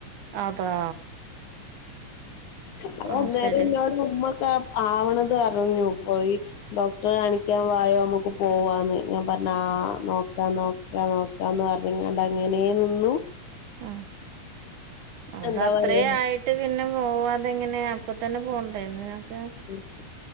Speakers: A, on the right; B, on the left.
A: അതാ
B: അ
A: ആഹ്
B: അന്നേരം
A: ശരി
B: ഇന്നോട് ഉമ്മൊക്കെ ആവണത് പറഞ്ഞു പേയി ഡോക്ടർ കണ കാൻ വായോ നമുക്ക് പോവാന്ന് ഞാൻ പറഞ്ഞ ആ നോക്കാം നോക്കാം നോക്കാന്ന് പറ ഞ്ഞട്ട് അങ്ങനെ നിന്നു
A: ആഹ് അത്
B: എന്താ
A: അത്രേ
B: പറയാ
A: ആയി ട്ട് പിന്നെ പോവാതെങ്ങനെയാ അപ്പൊ തന്നെ പോണ്ടായിരുന്നു നിങ്ങക്കെ
B: ഉം